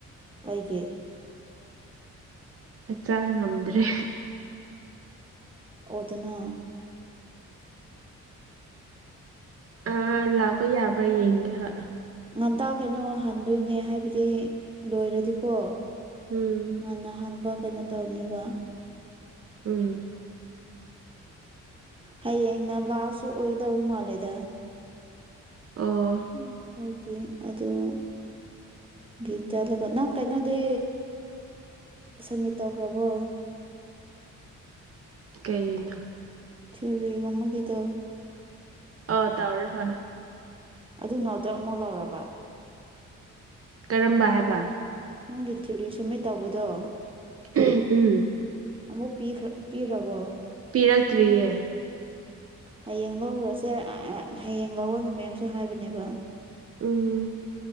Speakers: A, on the right; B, on the right.
A: ꯄꯩꯒꯦ
B: ꯍꯛꯆꯥꯡ ꯉꯝꯗ꯭ꯔꯦ
A: ꯏꯇꯅꯥ
B: ꯑꯥ ꯂꯥꯛꯄ ꯌꯥꯕ꯭ꯔꯥ ꯌꯦꯡꯒꯦ ꯍꯣꯏ
A: ꯉꯟꯇꯥ ꯀꯩꯅꯣ ꯍꯟꯗꯣꯏꯅꯦ ꯍꯥꯏꯕꯗꯤ ꯂꯣꯏꯔꯗꯤꯀꯣ
B: ꯎꯝ
A: ꯉꯟꯅ ꯍꯟꯕ ꯀꯩꯅꯣ ꯇꯧꯅꯦꯕ
B: ꯎꯝ
A: ꯍꯌꯦꯡꯅ ꯂꯥꯁꯁꯨ ꯑꯣꯏꯒꯗꯧꯕ ꯃꯥꯜꯂꯦꯗ
B: ꯑꯣ
A: ꯎ ꯍꯣꯏ ꯀꯦ ꯑꯗꯨꯣ ꯒꯤ ꯆꯂꯒ ꯅꯪ ꯀꯩꯅꯣꯗꯤ ꯁꯝꯃꯤꯠ ꯇꯧꯈ꯭ꯔꯕꯣ
B: ꯀꯩꯅ
A: ꯁꯔꯤ ꯋꯥꯃꯒꯤꯗ
B: ꯑ ꯇꯧꯔꯦ ꯍꯣꯏ
A: ꯑꯗꯨꯅꯣꯗꯣ ꯑꯃꯨꯛ ꯂꯧꯔꯕ
B: ꯀꯔꯝꯕ ꯍꯥꯏꯕ
A: ꯅꯪꯒꯤ ꯊꯤꯔꯤ ꯁꯨꯝꯃꯦ ꯇꯧꯕꯗꯣ
B: ꯎꯝ
A: ꯑꯃꯨꯛ ꯄꯤꯈ꯭ꯔ ꯄꯤꯔꯕꯣ
B: ꯄꯤꯔꯛꯇ꯭ꯔꯤꯌꯦ
A: ꯍꯌꯦꯡ ꯂꯧꯈꯨꯔꯁꯦ ꯍꯌꯦꯡ ꯂꯧꯑꯣꯅ ꯃꯦꯝꯁꯨ ꯍꯥꯏꯕꯅꯦꯕ
B: ꯎꯝ